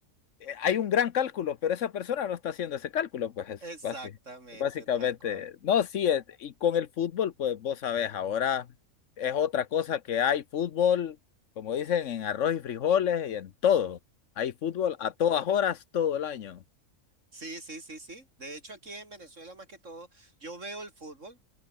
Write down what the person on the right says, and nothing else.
exactamente,
tal cual.
Sí, sí, sí, sí. De hecho, aquí en Venezuela, más que todo, yo veo el fútbol